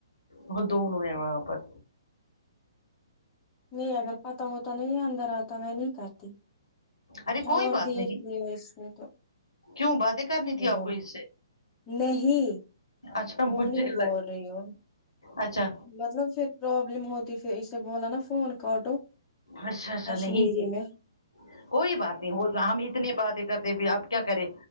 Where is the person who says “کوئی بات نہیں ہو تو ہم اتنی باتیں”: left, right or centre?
Left